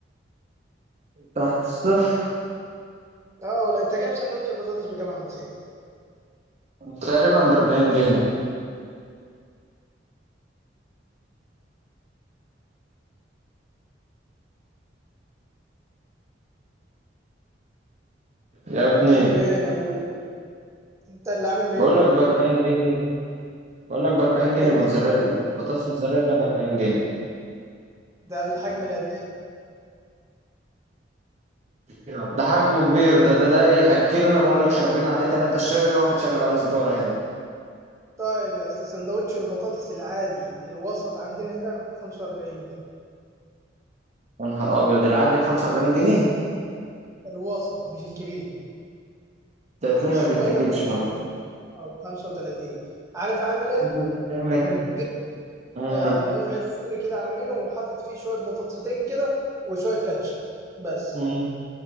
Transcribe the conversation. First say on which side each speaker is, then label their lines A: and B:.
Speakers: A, on the right (about 40°); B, on the right (about 15°).
A: تحت الصفر
B: اه والله انت جايب سندوتش البطاطس بكام يا عم زين
A: تقريبا ب 40 جنيه يا ابني
B: رحت فين يا ابويا انت اللي عامل ميو
A: بقول لك ب 40 جنيه بقول لك ب 40
B: ب 40
A: جنيه موتزاريلا
B: جنيه ده
A: بطاطس موتزاريلا ب 40 جنيه
B: ده الحجم اللي قد ايه
A: يلا ده حجمه كبير ده ده ده ياكلنا بقول لك شاربين عليه ثلاثة شاي واحد شارب عليه سجارة هنا
B: طيب يا اسطى سندوتش البطاطس العادي الوسط عندنا هنا ب 45 جنيه
A: يا نهار ابيض العادي ب 45 جنيه
B: الوسط مش الكبير
A: ده تلاقيه
B: والصغير
A: ما بيتاكلش
B: ب 30
A: كمان
B: او ب 35 عارف عامل ايه
A: وتلاقيه ما يت-
B: رغيف
A: آه،
B: آه، رغيف عيش سوري كده عاملينه وحاطط فيه شويه بطاطستين كده وشويه كاتشب بس
A: مم.